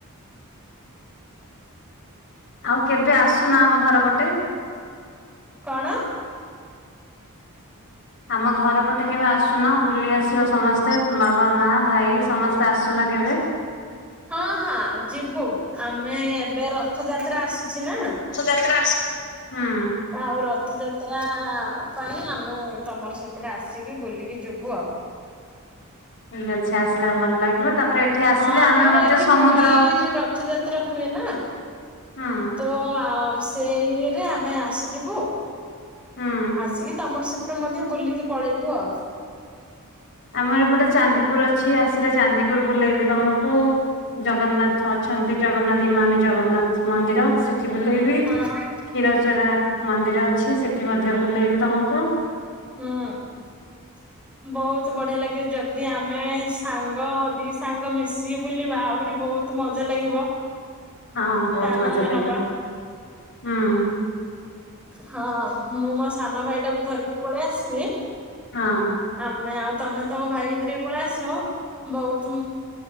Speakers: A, on the left; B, in the centre.
A: ଆଉ କେବେ ଆସୁନ ଆମ ଘର ପଟେ।
B: କଣ?
A: ଆମ ଘର ପଟେ କେବେ ଆସୁନ ବୁଲି ଆସିବ ସମସ୍ତେ ବାବା ମା ଭାଇ ସମସ୍ତେ। ଆସୁନା କେବେ?
B: ହଁ ହଁ ଯିବୁ ଆମେ ଏବେ ରଥଯାତ୍ରା ଆସୁଛି ନା।
A: ଯାତ୍ରା ଆସ ହୁଁ
B: ଆଉ ରଥଯାତ୍ରା ପାଇଁ ଆମେ ତମର ସେପଟେ ଆସିକି ବୁଲିକି ଯିବୁ ଆଉ।
A: ଠିକ୍ ଅଛି ଆସିଲା ଭଲ ଲାଗିବ ତାପରେ ଏଠି ଆସିଲେ
B: ହଁ ଆମର
A: ଆମେ ମଧ୍ୟ
B: ଏଠି
A: ସମୁଦ୍ର
B: ପୁରୀରେ ରଥଯାତ୍ରା ହୁଏ ନା
A: ହୁଁ
B: ତ ଆ ସେ ଇଏରେ ଆମେ ଆସିଯିବୁ।
A: ହୁଁ
B: ଆସିକି ତମର ସେପଟେ ମଧ୍ୟ ବୁଲିକି ପଳେଇବୁ ଆଉ
A: ଆମର ଏପଟେ ଚାନ୍ଦିପୁର ଅଛି ଆସିଲେ ଚାନ୍ଦିପୁର ବୁଲେଇବି ତୁମକୁ ଜଗନ୍ନାଥ ଅଛନ୍ତି ଜଗନ୍ନାଥ ଇମାମି ଜଗନ୍ନାଥ ମନ୍ଦିର ସେ ଏଠି ବୁଲେଇବି
B: ହଁ
A: କ୍ଷୀରଚୋରା ମନ୍ଦିର ଅଛି ସେଠି ମଧ୍ୟ ବୁଲେଇବି ତମକୁ।
B: ହୁଁ ବହୁତ ବଢିଆ ଲାଗେ ଯଦି ଆମେ ସାଙ୍ଗ ଦି ସାଙ୍ଗ ମିଶିକି ବୁଲିବା ଆହୁରି ବହୁତ। ତୁ ମଜା ଲାଗିବ।
A: ହଁ ବହୁତ
B: ଆନନ୍ଦ
A: ମଜା ଲାଗିବ
B: ନବା
A: ହୁଁ।
B: ହଁ ମୁଁ ମୋ ସାନ ଭାଇ ଟାକୁ ଧରିକି ପଳେଇ ଆସିବି।
A: ହଁ
B: ଆମେ ଆଉ ତମେ ତମ ଭାଇକ ଧରିକି ପଳେଇ ଆସିବ। ବହୁତ